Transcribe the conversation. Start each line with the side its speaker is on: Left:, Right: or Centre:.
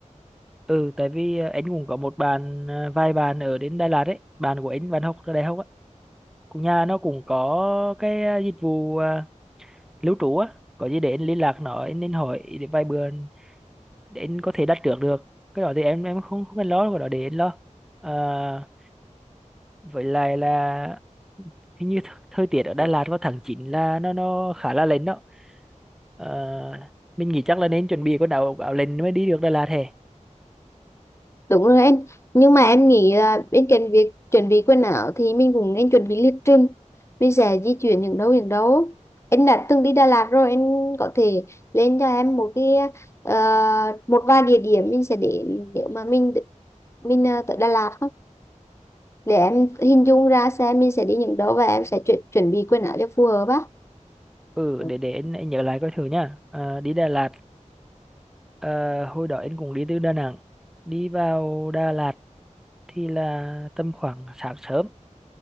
Centre: ừ tại vì à, anh cũng có một bạn à, vài bạn ở đến Đà Lạt ấy bạn của anh bạn học ở đại học á cũng nhà nó cũng có cái à, dịch vụ à, lưu trú á có gì để anh liên lạc nó anh, anh hỏi để vài bữa để anh có thể đặt trước được cái đó thì em em không không cần lo cái đó để anh lo à, với lại là hình như th- thời tiết ở Đà
Left: đấy
Centre: Lạt vào tháng 9 là nó nó khá là lạnh đó Ờ, mình nghĩ chắc là nên chuẩn bị quần áo áo lạnh mới đi được Đà Lạt hè
Left: Đúng rồi em, nhưng mà em nghĩ là bên cạnh việc chuẩn bị quần áo thì mình cũng nên chuẩn bị lịch trình. Mình sẽ di chuyển những đâu những đâu. Em đã từng đi Đà Lạt rồi, em có thể lên cho em một cái ờ, một vài địa điểm mình sẽ đến nếu mà mình mình ờ, tới Đà Lạt không? Để em hình dung ra xem mình sẽ đi những đâu và em sẽ chuẩn chuẩn bị quần áo cho phù hợp á.
Centre: ừ
Left: Ừ.
Centre: để để anh, anh nhớ lại coi thử nha Ờ, đi Đà Lạt Ờ, hồi đó anh cũng đi từ Đà Nẵng đi vào Đà Lạt thì là tầm khoảng sáng sớm